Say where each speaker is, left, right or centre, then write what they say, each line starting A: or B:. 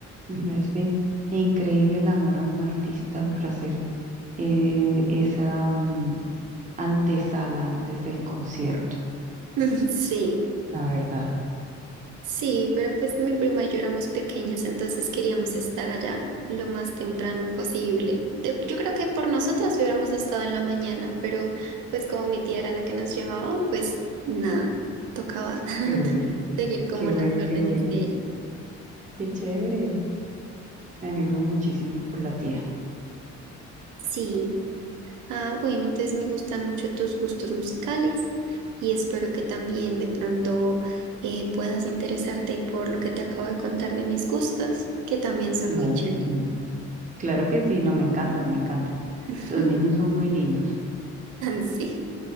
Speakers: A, on the right; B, on the right.
A: Me parece increíble el amor a un artista para hacer eh, esa mm, antesala antes del concierto,
B: <laughs> Sí,
A: la verdad.
B: sí, pero pues mi prima y yo éramos pequeñas, entonces queríamos estar allá lo más temprano posible. Yo, yo creo que por nosotras hubiéramos estado en la mañana, pero pues como mi tía era la que nos llevaba, pues nada, tocaba <laughs>
A: Qué bueno,
B: seguir como
A: qué
B: las
A: bueno,
B: órdenes
A: qué bueno,
B: de ella.
A: qué chévere. Me alegro muchísimo por la tía.
B: Sí. Ah, bueno, entonces me gustan mucho tus gustos musicales y espero que también de pronto eh, puedas interesarte por lo que te acabo de contar de mis gustos, que también son
A: Claro
B: muy chéveres.
A: que sí, claro que sí, no, me encantan, me encantan.
B: <laughs>
A: Los niños son muy lindos.
B: Sí.